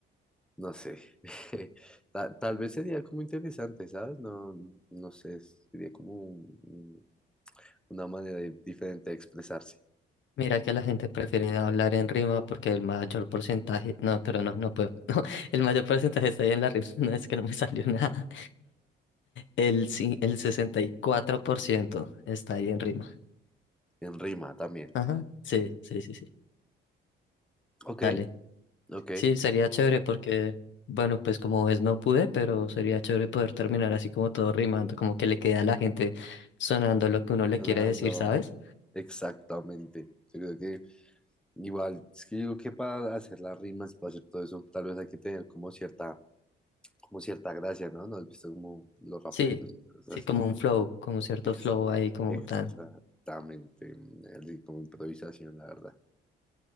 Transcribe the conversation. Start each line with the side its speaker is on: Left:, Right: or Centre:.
Centre: no sé, <laughs> ta- tal vez sería como interesante, ¿sabes? No, no sé, sería como un- un- una manera di- diferente de expresarse,
Left: Mira que la gente prefiere hablar en rima porque el mayor porcentaje... No, pero no, no puedo. <laughs> El mayor porcentaje está ahí en la rima. <laughs> No es que no me salió <laughs> nada. El, ci- el 64% está ahí en rima.
Centre: en rima también.
Left: Ajá. Sí, sí, sí, sí.
Centre: Ok,
Left: Dale.
Centre: ok.
Left: Sí, sería chévere porque, bueno, pues como ves, no pude, pero sería chévere poder terminar así como todo rimando, como que le queda a la gente sonando lo que uno le
Centre: Sonando.
Left: quiere decir, ¿sabes?
Centre: Exactamente. Yo creo que igual, es que yo digo que para hacer las rimas, para hacer todo eso, tal vez hay que tener como cierta, como cierta gracia, ¿no? ¿No has visto como los raperos,
Left: Sí,
Centre: cosas
Left: sí, como
Centre: así?
Left: un flow, como cierto
Centre: Ex-
Left: flow ahí, como
Centre: exactamente.
Left: tan,
Centre: Así como improvisación, la verdad.